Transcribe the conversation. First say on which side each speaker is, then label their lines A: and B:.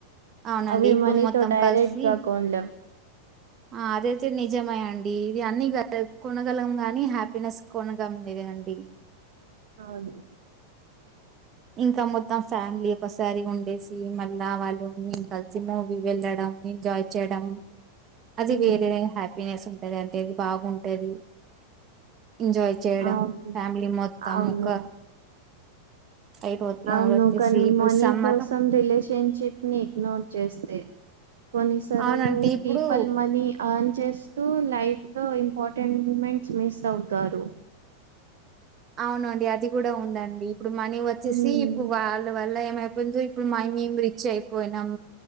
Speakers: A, on the right; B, on the right.
A: అవునండి
B: అవి
A: ఇప్పుడు
B: మనీతో
A: మొత్తం
B: డైరెక్ట్గా
A: కలిసి
B: కోనలేం
A: ఆ అదేద్ నిజమే అండి ఇది అన్ని కొనగలం గాని హ్యాపీనెస్ కొనగంలేదండి
B: అవును
A: ఇంకా మొత్తం ఫ్యామిలీ ఒకసారి ఉండేసి మళ్ళా వాళ్ళుం కలిసి మూవీ వెళ్ళడం ఎంజాయ్ చేయడం అది
B: ఉమ్,
A: వేరే హ్యాపీనెస్ ఉంటది అంటే అది బాగుంటది ఎంజాయ్ చేయడం
B: అవును
A: ఫ్యామిలీ మొత్తం
B: అవును
A: ఒక సైట్ వచ్చేసి
B: అవును కని
A: ఇప్పుడు
B: మనీ
A: సమ్మర్
B: కోసం రిలేషన్ ఫ్రెంషిప్ ని ఇగ్నోర్ చేస్తే కొన్నిసార్లు
A: అవునంటే ఇప్పుడు
B: పీపల్ మనీ అర్న్ చేస్తూ లైఫ్ లో ఇంపార్టెంట్ మూమెంట్స్ మిస్ అవుతారు
A: అవునండి అది కూడా ఉందండి ఇప్పుడు మనీ వచ్చేసి
B: హ్మ్
A: ప్పు వాళ్ళ వల్ల ఏమైపోయిందో ఇప్పుడు మై మేం రిచ్ అయిపోయినాం